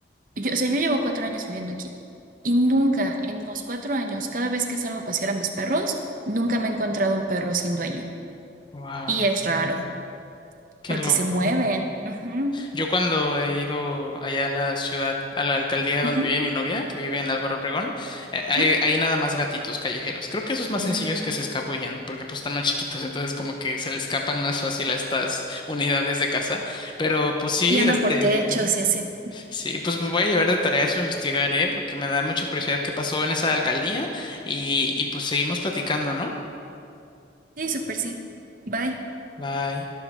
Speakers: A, on the right; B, on the left.
A: yo, o sea, yo llevo cuatro años viviendo aquí y nunca en los cuatro años, cada vez que salgo a pasear a mis perros, nunca me he encontrado un perro sin dueño.
B: Wow,
A: Y es raro
B: qué
A: porque
B: loco.
A: se mueven. Ujú,
B: Yo cuando he ido allá a la ciudad, a la alcaldía donde
A: ujú,
B: vive mi novia, que vive en Álvaro Obregón, eh, hay,
A: ujú.
B: hay nada más gatitos callejeros. Creo que esos más
A: Mm,
B: sencillos que se escabullen, porque pues están más chiquitos, entonces como que se le escapan más fácil a estas unidades de casa. Pero pues sí,
A: Y andan
B: este,
A: por techos y así.
B: Sí, pues me voy a llevar de tarea eso, investigar, ¿eh? Porque me da mucha curiosidad qué pasó en esa alcaldía y, y pues seguimos platicando, ¿no?
A: Sí, súper sí. Bye.
B: Bye.